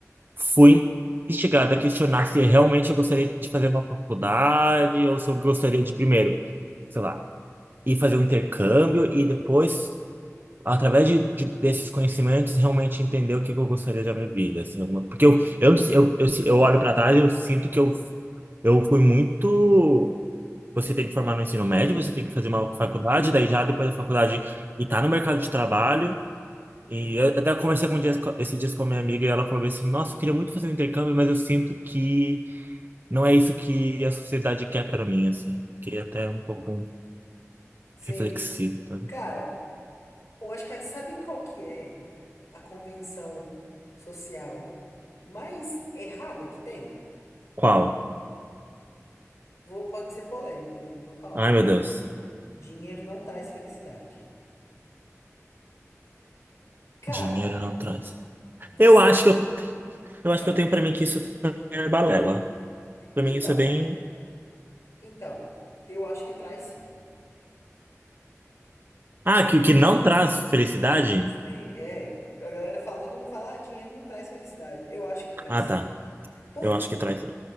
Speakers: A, on the right; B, on the left.
A: fui instigada a questionar se realmente eu gostaria de fazer uma faculdade ou se eu gostaria de primeiro, sei lá, ir fazer um intercâmbio e depois, através
B: Uhum.
A: de, de- desses conhecimentos, realmente entender o que que eu gostaria da minha vida, assim, alguma- porque eu, eu, eu, eu, eu olho para trás e eu sinto que eu, eu fui muito Você tem que formar no ensino médio, você tem que fazer uma faculdade, daí já depois da faculdade e tá no mercado de trabalho. E
B: Sim.
A: eu até conversei com um dias, esses dias com a minha amiga e ela falou bem assim: Nossa, eu queria muito fazer um intercâmbio, mas eu sinto que não é isso que a sociedade quer para mim, assim. Fiquei até um pouco
B: Sim.
A: reflexivo, tá?
B: Cara, eu acho que é- sabe qual que é? a convenção social mais errada que tem.
A: Qual?
B: Vou, pode ser polêmico aqui, mas vou falar.
A: Ai, meu Deus.
B: Dinheiro não traz felicidade. Cara,
A: Dinheiro não traz.
B: você.
A: Eu acho que eu, eu acho
B: ah,
A: que eu tenho para mim que isso também é balela. Para
B: então,
A: mim isso é bem.
B: então, eu acho que traz sim.
A: Ah, que, que não traz felicidade?
B: Sim, é. A galera fala, todo mundo fala, ah, dinheiro não traz felicidade. Eu acho que traz
A: Ah, tá.
B: sim. Por
A: Eu
B: quê?
A: acho que traz.